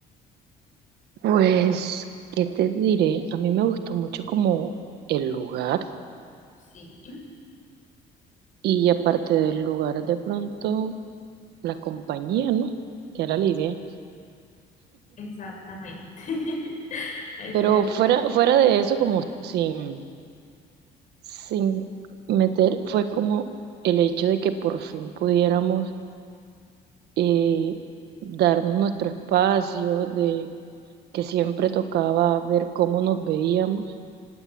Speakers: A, on the right; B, on the left.
A: Pues, ¿qué te diré? A mí me gustó mucho como el lugar
B: Sí,
A: y aparte del lugar de pronto... la compañía, ¿no? Que era la idea.
B: exactamente. <laughs> Es
A: Pero
B: cierto.
A: fuera, fuera de eso, como sin, sin meter, fue como el hecho de que por fin pudiéramos eh, darnos nuestro espacio, de que siempre tocaba ver cómo nos veíamos